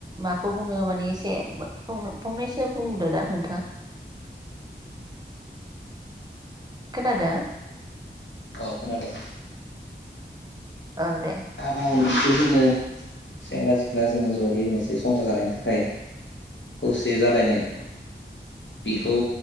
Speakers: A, on the right; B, on the left.
A: माखौ बुङो माने एसे फं फंनैसो बुं, दो दां नोंथाङा, खोनादो,
B: औ खोनादों
A: ओ दे
B: हाबा नोंखो जोङो सेंग्रा सिख्ला जोङो जयै मोनसे संसार जानायनि थाखाय खौसे जालायनाय बिखौ,